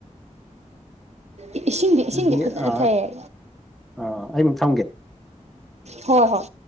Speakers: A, on the right; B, in the centre.
A: ꯏ ꯏꯁꯤꯡꯗꯤ ꯏꯁꯤꯡꯗꯤ
B: ꯑꯗꯨꯗꯤ
A: ꯐꯖꯅ
B: ꯑꯥ
A: ꯊꯛꯑꯦ
B: ꯑꯥ ꯑꯩꯃꯨꯛ ꯊꯝꯒꯦ
A: ꯍꯣꯏ ꯍꯣꯏ